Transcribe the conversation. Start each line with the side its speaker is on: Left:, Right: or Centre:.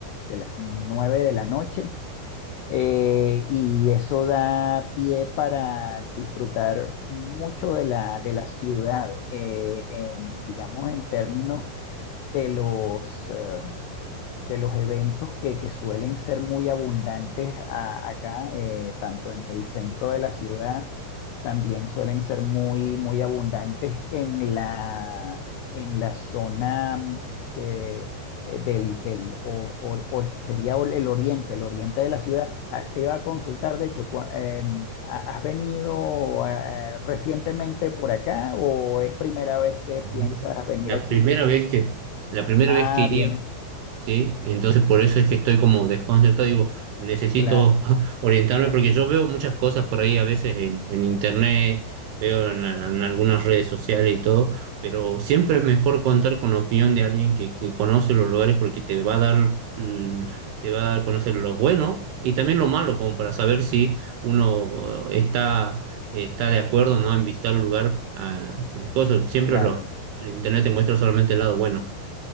Left: de las 9 de la noche eh, y eso da pie para disfrutar mucho de la, de la ciudad, eh, en, digamos, en términos de los, eh, de los eventos que, que suelen ser muy abundantes a- acá, eh, tanto en el centro de la ciudad, también suelen ser muy, muy abundantes en la, en la zona mm, eh, eh, del, del o- o- o- sería ol- el oriente, el oriente de la ciudad. Ah, te iba a consultar, de hecho, cua- em, ha- ¿has venido eh, recientemente por acá o es primera vez que
Right: Mm.
Left: piensas venir
Right: La
Left: a Chile?
Right: primera vez que, la primera
Left: Ah,
Right: vez que iría
Left: vienen
Right: Sí, entonces por eso es que estoy como desconcertado, digo, necesito
Left: Claro,
Right: <laughs> orientarme porque yo veo muchas cosas por ahí a veces en, en internet, veo en, en algunas redes sociales y todo, pero siempre es mejor contar con la opinión de alguien que, que conoce los lugares porque te va a dar, mm, te va a dar a conocer lo bueno y también lo malo, como para saber si uno eh, está, está de acuerdo, ¿no? en visitar el lugar, ah, en cosas, siempre
Left: claro.
Right: lo, el internet te muestra solamente el lado bueno.